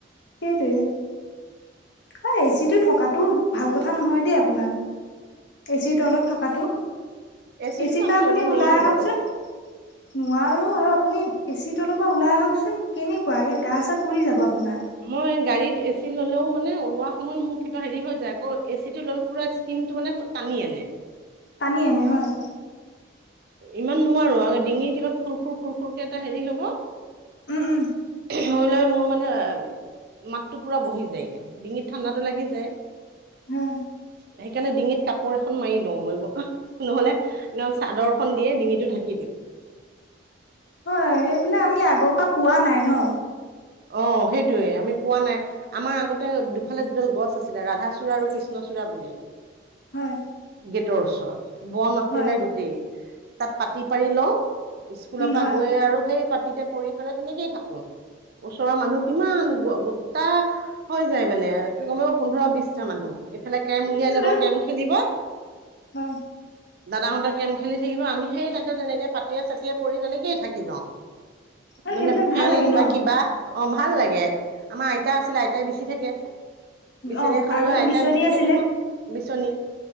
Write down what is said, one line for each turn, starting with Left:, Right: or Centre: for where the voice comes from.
Left: সেইটোৱে আও এ চি টো থকাতটো ভাল কথা নহয় দেই আপোনাৰ। এ চি ৰ তলত থকাতটো
Right: চিটোতো
Left: এ চি ৰ
Right: আমি
Left: পৰা
Right: ল'ব
Left: আপুনি
Right: নোৱাৰো
Left: ওলাই আহকচোন?
Right: বাৰু
Left: নোৱাৰো আৰু আপুনি এ চি তলৰ পৰা ওলাই আহকচোন কেনেকুৱাকে গা চা পুৰি যাব আপোনাৰ।
Right: মই গাড়ীত এ চি ল'লেও মানে ওলোৱা সময়ত মোৰ কিবা হেৰি হৈ যায়। আকৌ এচি টো লৈ পুৰা স্কিন টো মানে টানি আনে।
Left: টানি আনে হয়।
Right: ইমান নোৱাৰো আৰু ডিঙি কিবা খুৰ খুৰ খুৰ খুৰকে এটা হেৰি হব।
Left: উম উম
Right: হৈ লৈ মোৰ মানে মাতো পুৰা বহি যায়গ ডিঙিত ঠাণ্ডাতটো লাগি যায়।
Left: হুম।
Right: সেইকাৰণে ডিঙিত কাপোৰ এখন মাৰি লও মই নহলে একদম চাদৰ খন দিয়ে ডিঙিটো ঢাকি দিওঁ
Left: হয় এইবিলাক আমি আগৰ পৰা পোৱা নাই ন
Right: অ সেইটোয়ে আমি পোৱা নাই আমাৰ আগতে দুফালে দুদাল গছ আছিলে ৰাধাচূড়া আৰু কৃষ্ণচূড়া বুলি
Left: হয়
Right: গেটৰ ওচৰত বন আছিলে
Left: হয়
Right: গোটেই তাত পাতি পাৰি লওঁ স্কুলৰ
Left: উম
Right: পৰা
Left: হয়
Right: গৈ আৰু সেই পাতিতে পৰি পেলাই তেনেকেই থাকো ওচৰৰ মানুহ কিমান গো গোটা হৈ যায় মানে কমেও পোন্ধৰ বিশটা মানুহ এইফালে কেম উলিয়াই লব
Left: আৰু
Right: কেম খেলিব
Left: হয়
Right: দাদাহঁতে কেম খেলি থাকিব আমি সেই তাতে তেনেকে পাতিয়ে চাতিয়ে পৰি তেনেকেইে থাকি যাওঁ
Left: আৰু
Right: মানে
Left: সেইবিলাক
Right: ফেন
Left: ভাল লাগে ন
Right: বা কিবা অ ভাল লাগে আমাৰ আইতা আছিলে আইতাই বিচি থাকে বিচনী
Left: অ
Right: এখন
Left: আগতে
Right: লৈ আইতাই
Left: বিচনী
Right: বিচি
Left: আছিলে
Right: থাকিব বিচনী